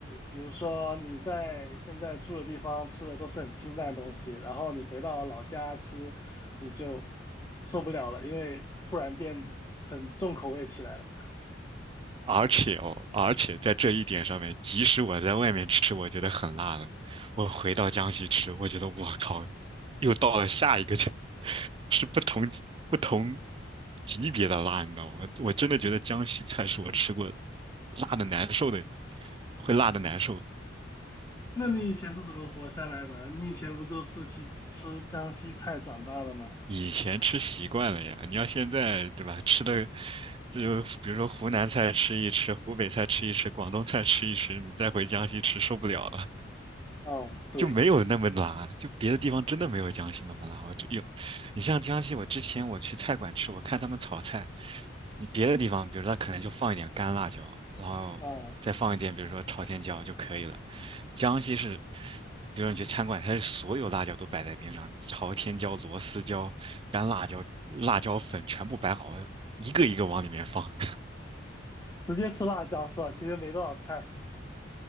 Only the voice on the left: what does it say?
比如说你在现在住的地方吃的都是很清淡的东西，然后你回到老家吃，你就受不了了，因为突然变很重口味起来了。<laughs>
那你以前是怎么活下来的？你以前不都是去吃江西菜长大的吗？
哦，对，
啊。
直接吃辣椒是吧？其实没多少菜。<laughs>